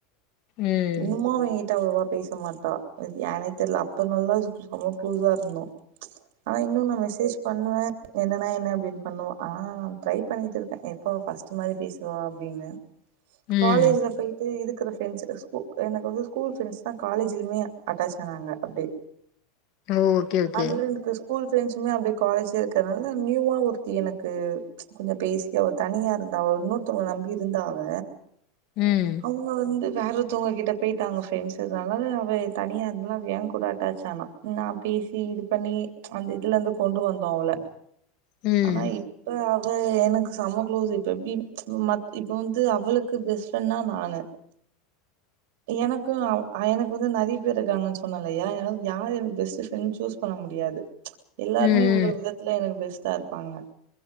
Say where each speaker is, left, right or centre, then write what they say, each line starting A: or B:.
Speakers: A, on the left; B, on the right.
A: ம் ம்
B: இன்னுமா அவ கிட்ட அவ்ளோவா பேஸ் சமாட்டே ஏனே தெரில அப்ப நல்லாது செம க்ளோஸா இருந்தோ ஆனா இன்னு நா மெசேஜ் பண்ணுவே என்னனா என்ன அப்டின் பண்ணுவா ஆ ட்ரை பண்ணிட்டு இருக்கே எப்போ பஸ்ட் மாரி பேசுவா அப்டின்னு
A: ம்
B: காலேஜ்ல பேய் இருக்கற ஃபிரன்ஸ்ட எனக்கு வந்து ஸ்கூல் ஃப்ரெண்ட்ஸ் தா காலேஜ்லயுமே அட்டாச் ஆனாங்க அப்டே
A: ஓ! ஓகே ஓகே
B: ஆன்ல என்க்கு ஸ் ஸ்கூல் ஃப்ரெண்ட்ஸ்மே அப்டியே காலேஜே இருக்கிறதுனால நியூவா ஒருத்தி எனக்கு கொஞ்சோ பேசி அவ தனியா இருந்த அவ இன்னொருத்தவங்க நம்பி இருந்தா அவ
A: ம்
B: அவுங்க வந்து வேற ஒருத்தவங்ககிட்ட பேய்ட்டாங்க ஃப்ரெண்ட்ஸ் இதுனால அவ தனியா இருந்தால அவ ஏ கூட அட்டாச் ஆனா நா பேசி இது பண்ணி அந்த இதுல இருந்து கொண்டு வந்தோ அவள
A: ம் ம்
B: ஆனா இப்ப அவ் அவ எனக்கு செம குளோஸ் இப்ப எப்டி மத் இப்ப வந்து அவளுக்கு பெஸ்ட் ஃப்ரெண்ட் னா நானு எனக்கு எனக்கு வந்து நிறைய பேரு இருக்காங்கன்னு சொன்னல்லையா ஏனா யாரு எனக்கு பெஸ்ட்டு ஃப்ரெண்ட் சூஸ் பண்ண முடியாது எல்லாருமே
A: ம்
B: ஒரு ஒரு விதத்துல எனக்கு பெஸ்ட்டா இருப்பாங்க